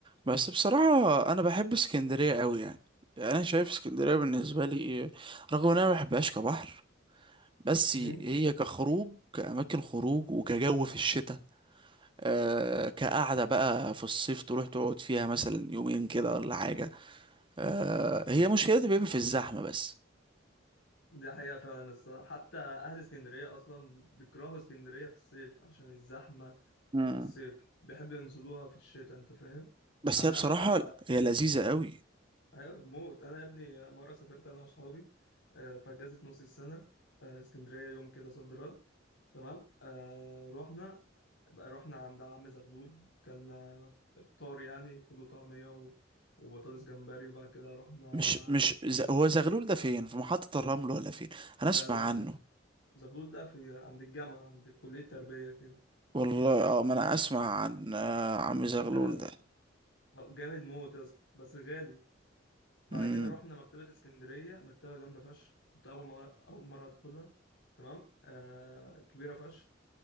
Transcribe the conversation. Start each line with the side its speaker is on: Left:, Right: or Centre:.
Right: بس بصراحة أنا بحب اسكندرية أوي يعني يعني أنا شايف اسكندرية بالنسبة لي رغم إن أنا ما بحبهاش كبحر بس
Left: مم.
Right: هي كخروج كأماكن خروج وكجو في الشتاء آه كقعدة بقى في الصيف تروح تقعد فيها مثلا يومين كده ولا حاجة آه هي مشكلتها بيبقى في الزحمة بس
Left: دي حقيقة فعلا الصراحة حتى أهل اسكندرية أصلا بيكرهوا اسكندرية في الصيف عشان الزحمة
Right: مم.
Left: بتاعت الصيف بيحبوا ينزلوها في الشتاء أنت فاهم
Right: بس
Left: أنا
Right: هي بصراحة هي لذيذة أوي
Left: أيوة موت أنا يا ابني مرة سافرت أنا وأصحابي آه، في أجازة نص السنة آه، اسكندرية يوم كده صد رد تمام آه، رحنا بقى رحنا عند عم زغلول كان إفطار يعني فول وطعمية و- وبطاطس جمبري وبعد كده رحنا
Right: مش مش ز- هو زغلول ده فين في محطة الرمل ولا فين أنا
Left: لا
Right: أسمع
Left: لا
Right: عنه
Left: زغلول ده في عند الجامعة عند كلية تربية كده
Right: والله اه ما أنا أسمع عن آه عم زغلول
Left: لا لا
Right: ده
Left: جامد موت يا اسطى بس غالي بعد
Right: مم.
Left: كده رحنا مكتبة اسكندرية مكتبة جامدة فشخ كنت أول مرة أول مرة أدخلها تمام آه كبيرة فشخ